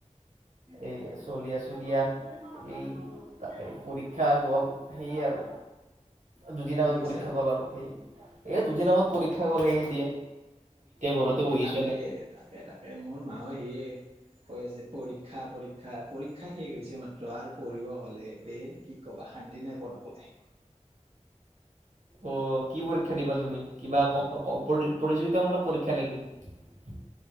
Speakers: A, on the right (about 80°); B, on the right (about 50°).
A: এই চলি আ চ দিয়া এই তাক পৰীক্ষা গ'ল সেয়ে আৰু দুদিন
B: কি
A: আগত
B: কৈছা
A: পৰীক্ষা গ'ল আৰু সেই এ দুদিন আগত পৰীক্ষা গ'লে এতিয়া ঘৰতে
B: এ
A: বহি আছো
B: তাকে
A: এনে।
B: তাকে তাকে- এ মোৰ মাে সে কৈ আছে পৰীক্ষা পৰীক্ষা পৰীক্ষা শেষ হৈছে মাত্ৰ আৰু পঢ়িব হলে স কি কবা শান্তি নাই পলাবলৈ
A: অ কি পৰীক্ষা দিবা তুমি কিবা ক প্ৰতিযোগিতামূলক পৰীক্ষা নেকি।